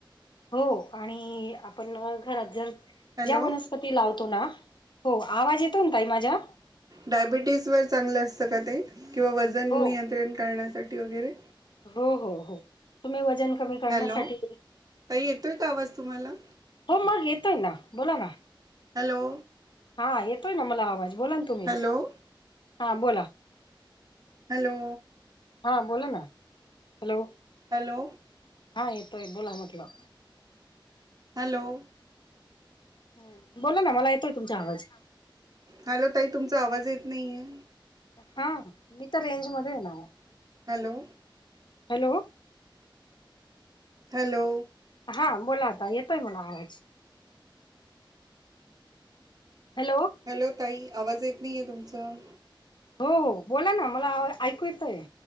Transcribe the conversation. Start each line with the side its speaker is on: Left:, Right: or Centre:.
Left: हो आणि आपण घरात जर
Right: हॅलो
Left: ज्या वणस तीलावतो ना हो आवाज येतो ना ताई माझा
Right: डायबिटीज वर चांगलं असतं का ते किंवा वजन
Left: हो
Right: नियंत्रण करण्यासाठी वगैरे
Left: हो हो हो तुम्ही वजन कमी करण्यासाठी
Right: हॅलो ताई येतोय का आवाज तुम्हाला
Left: हो मग येतोय ना बोला ना.
Right: हॅलो!
Left: हा येतोय ना मला आवाज बोला ना तुम्ही
Right: हॅलो
Left: हा बोला.
Right: हॅलो!
Left: हा बोला ना. हॅलो!
Right: हॅलो!
Left: हा येतोय बोला म्हटलं.
Right: हॅलो!
Left: ह बोला ना मला येतोय तुमचा आवाज.
Right: हॅलो ताई तुमचा आवाज येत नाहीये.
Left: हा मी तर रेंजमध्येध्ये‌.
Right: हॅलो!
Left: हॅलो!
Right: हॅलो!
Left: हा बोला आता येतोय मला आवाज. हॅलो!
Right: हॅलो ताई आवाज येत नाही आहे तुमचां.
Left: हो हो बोला ना मला ऐकू येतंय.